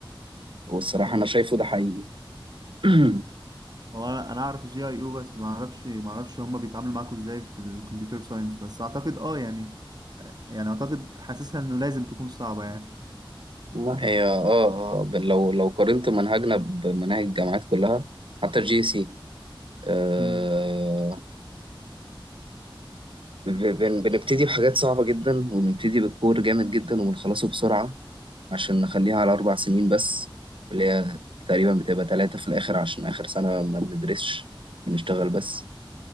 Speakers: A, on the right; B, on the right.
A: والصراحة
B: هو
A: أنا شايفه ده حقيقي <clears throat>
B: هو انا انا اعرف الجي اي او بس ما اعرفش ما اعرفش هما بيتعاملوا معاكوا ازاي في الكمبيوتر ساينس بس اعتقد اه يعني يعني اعتقد حاسسها انه لازم تكون صعبة يعني
A: والله هي اه اه ب- لو لو قارنت منهجنا بمناهج الجامعات كلها حتى الجي سي آه
B: امم
A: ب- بن- بنبتدي بحاجات صعبة جدا وبنبتدي بالكور جامد جدا وبنخلصه بسرعة عشان نخليها على أربع سنين بس اللي هي تقريبا بتبقى تلاتة في الآخر عشان آخر سنة ما بندرسش بنشتغل بس